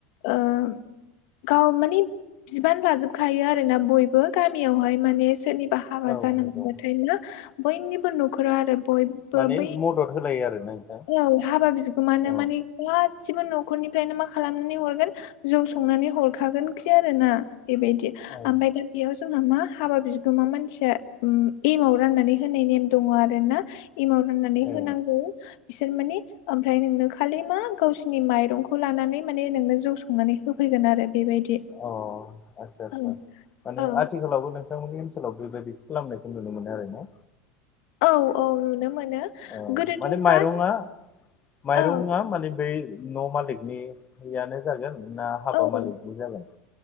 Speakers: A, on the left (about 65°); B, on the left (about 30°).
A: ओ गाव मानि बिबान लाजोबखायो आरोना बयबो गामियावहाय माने सोरनि बा हाबा
B: औ
A: जानांगबाथाय
B: नंगौ
A: ना बयनिबो न'खराव आरो बय बो
B: माने
A: बै
B: मदद होलायो आरोना नोंथां
A: औ हाबा बिग गोमानो
B: औ
A: माने गासिबो न'खरनिफ्रायनो मा खालामनानै हरगोन जौ संनानै हरखागोनखि आरोना बेबायदि
B: औ
A: ओमफाय दा बेयाव जोंहा मा हाबा बिगोमा मानसिया एमाव राननानै होनाय नेम दङ आरोना एमाव राननानै
B: ए
A: होनांगौ बिसोर मानि ओमफ्राय नोंनो खालि मा गावसिनि माइरंखौ लानानै माने नोंनो जौ स संनानै होफैगोन आरो बेबायदि
B: अ आदसा आदसा
A: औ
B: माने
A: औ
B: आथिखालावबो नों थांमोननि ओनसोलाव बेबायदि खालामनायखौ नुनो मोनो आरोना
A: औ औ नुनो मोनो
B: औ
A: गोदोथ'
B: माने माइरंआ
A: गा
B: माइरंआ
A: औ
B: माने बै न' मालिकनि हयानो जागोन ना हाबा
A: औ
B: मालिकनि जागोन?